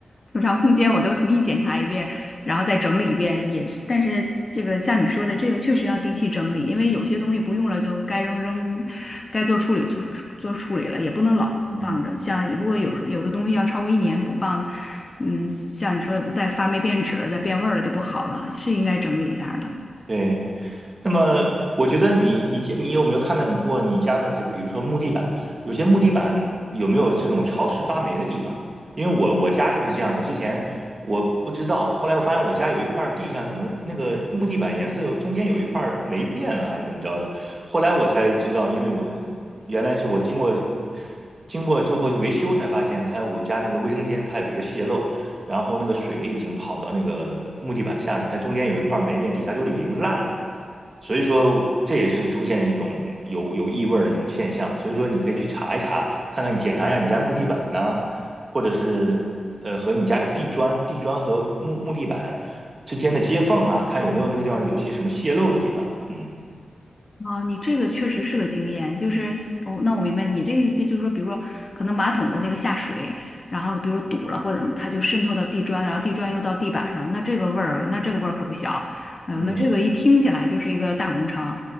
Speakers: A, on the left; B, on the right.
A: 储藏空间我都重新检查一遍，然后再整理一遍，也是。但是这个像你说的，这个确实要定期整理，因为有些东西不用了就该扔扔，该做处理做做处理了，也不能老放着。
B: 嗯，
A: 像如果有有的东西要超过一年不放，嗯，像你说的再发霉变质了，再变味儿了就不好了，是应该整理一下儿了。
B: 对，那么我觉得你你家你有没有看到你过你家的，就比如说木地板，有些木地板有没有这种潮湿发霉的地方？因为我我家就是这样的，之前我不知道，后来我发现我家有一块地上怎么那个木地板颜色有中间有一块霉变了，还是怎么着的？后来我才知道，因为我原来是我经过经过最后维修才发现它，我家那个卫生间它有一个泄漏。然后那个水已经跑到那个木地板下面，它中间有一块霉变，底下就是已经烂了。所以说这也是出现一种有有异味的一种现象。所以说你可以去查一查，看看你检查一下你家木地板呢，或者是呃和你家有地砖，地砖和木木地板之间的接缝啊，看有没有那个地方有些什么泄漏的地方。嗯
A: 哦，你这个确实是个经验，就是哦，那我明白你这个意思，就是说，比如说，可能马桶的那个下水，然后比如堵了或者什么，它就渗透到地砖，然后地砖又到地板上，那这个味儿，那这个味儿可不小，嗯、
B: 嗯
A: 那这个一听起来就是一个大工程，